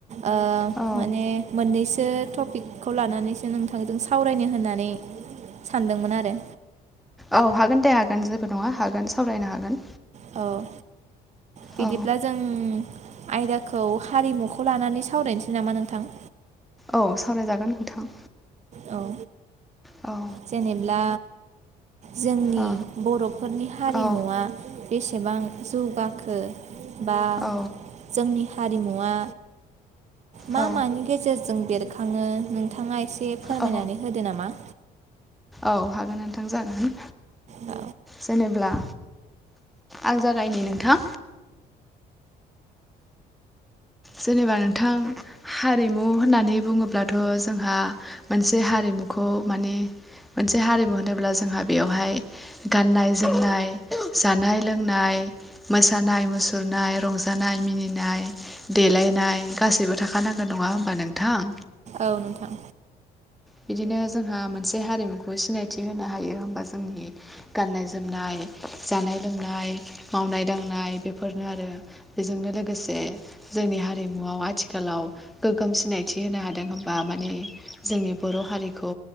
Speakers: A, on the right; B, in the centre.
A: ओ
B: औ
A: माने मोननैसो टपिकखौ लानानैसो नोंथांजों सावरायनो होननानै सानदोंमोन आरो
B: औ हागोन दे हागोन जेबो नङा हागोन सावरायनो हागोन।
A: औ बिदिब्ला
B: औ
A: जों आयदाखौ हारिमुखौ लानानै सावरायनोसै नामा नोंथां।
B: औ सावरायजागोन नोंथां।
A: औ
B: औ
A: जेनेब्ला जोंनि
B: औ
A: बर'फोरनि हारिमुवा
B: औ
A: बेसेबां जौगाखो बा
B: औ
A: जोंनि हारिमुवा मा
B: औ
A: मानि गेजेरजों बेरखाङो नोंथाङा एसे फोरमायनानै
B: औ
A: होदो नामा?
B: औ हागोन नोंथां जागोन
A: औ
B: जेनेब्ला आं जागायनि नोंथां। जेनेबा नोंथां हारिमु होननानै बुङोब्ला थ' जोंहा मोनसे हारिमुखौ माने मोनसे हारिमु होनोब्ला जोंहा बेयावहाय गाननाय जोमनाय जानाय लोंनाय मोसानाय मुसुरनाय रंजानाय मिनिनाय देलायनाय गासैबो थाखानांगोन नङा होमबा नोंथां।
A: औ नोंथां
B: बिदिनो जोंहा मोनसे हारिमुखौ सिनायथि होनो हायो होनबा जोंनि गाननाय जोमनाय जानाय लोंनाय मावनाय दांनाय बेफोरनो आरो बेजोंनो लोगोसे जोंनि हारिमुआव आथिखालाव गोगोम सिनायथि होनो हादों होनबा माने जोंनि बर' हारिखौ